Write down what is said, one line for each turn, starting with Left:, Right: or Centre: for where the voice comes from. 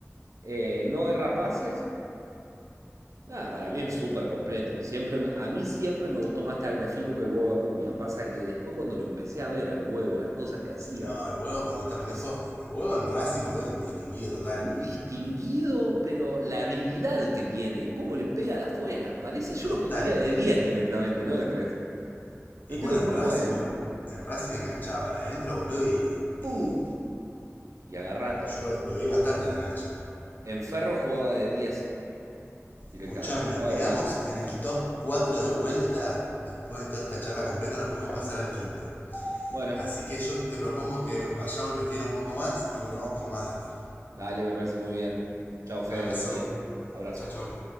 Right: eh, no erra pases Nada, para mí es súper completo. Siempre me- a mí siempre me gustó más Tagliafico que el huevo Acuña. Pasa que después cuando lo empecé a ver al huevo, las cosas que hacía,
Left: No, el huevo cuando está prendiendo
Right: es
Left: fuego. El huevo en Racing, boludo, era un distinguido total.
Right: un distinguido, pero la habilidad que tiene, cómo le pega de afuera, parece, yo
Left: Total.
Right: lo pondría de 10 directamente, no de 3. No
Left: Y
Right: entiendo
Left: bueno,
Right: cómo
Left: en
Right: no
Left: Racing,
Right: juega de diez.
Left: bol- en Racing enganchaba para adentro, boludo, y,
Right: ¡Pum!
Left: y
Right: Y agarrate.
Left: yo lo, lo vi bastante en la cancha.
Right: En Ferro jugaba de 10 directamente,
Left: Escuchame, nos
Right: jugaba
Left: quedamos
Right: de volante.
Left: en el top 4 de vuelta. Después de toda esta charla completa, no pudimos pasar al quinto.
Right: Bueno,
Left: Así que yo te propongo que vayamos a investigar un poco más y volvamos con más data.
Right: dale, me parece muy bien. Chao, Fede,
Left: Abrazo.
Right: buen día. Abrazo.
Left: Chau, chau.